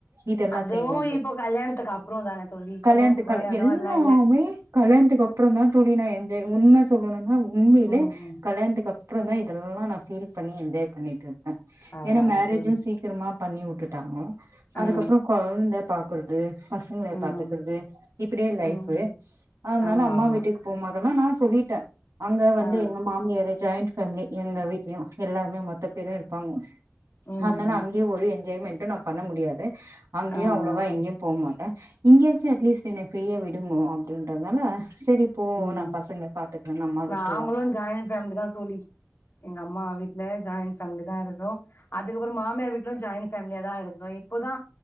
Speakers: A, on the right; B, on the left.
A: இதெல்லா
B: அதுவு
A: செய்வோ தோ
B: இப்போ கல்யாணத்துக்கு அப்றோ தான தோழி
A: கல்யாணத்து
B: கல்யாணத்துக்கு
A: கால
B: முன்னாடி அந்த
A: எல்லாமே
B: மாரிலா இல்ல
A: கல்யாண்த்துக்கு அப்றந்தா தோழி நா என்ஜாய் உண்ம சொ இவ்ளோனு நாள் உண்மைலே
B: ம் ம்
A: கல்யாணத்துக்கு அப் ப்றோந்தா இதெல்லா நா ஃபீல் பண்ணி என்ஜாய் பண்ணிட்ரு க்கே
B: பரவால்ல
A: ஏனா மேரேஜ்ஜூ
B: தோழி
A: சீக்கிரமா பண்ணி உட்டுடாங்க அதுக்கப்றோ
B: ஆ
A: கொழந்த பாக் க்குறது பசங்கள
B: ஆ ம்
A: பாத்துக்கிறது இப்டியே லைஃபு
B: ம்
A: அதனால
B: ஆமா
A: அம்மா
B: ஆமா
A: வீட்டுக்கு போம்போதெல்லா நா சொல்லிட்டே அங்க வந்து
B: ஆ ஆ
A: எங்க மாமியாரு ஜாய்ண்ட் ஃப் ஃபேம்லி எங்க வீட்லயு எல்லாருமே மொத்த பேரு இரு பாங்க
B: ம்
A: அதனால
B: ம்
A: அங்கே ஒரு பேமெண்ட்டு நா பண்ண முடியாது அங்கேயு
B: ஆ
A: அவ்ளவா எங்கெயு
B: ஆ
A: போமா அ இங்கயாச்சு அட்லீஸ்ட் என்ன ஃப்ரீயா விடுங்க அப்டின்றதுனால செரி போ
B: ம்
A: நா பசங்கள பாத்துக்கிறேனு அம்மா
B: நாங்களு
A: விட்ருவா
B: ஜாயிண்ட் ஃபேமிலி தா தோழி எங்க அம்மா வீட்ல ஜா ஜாய்ண்ட் ஃபேம்லி தா இருந்தோ அதுக்கப்பற மாமியார் வீட்லயு ஜாய்ண்ட் ஃபேம்லியா தா இருந்தோ இப்போதா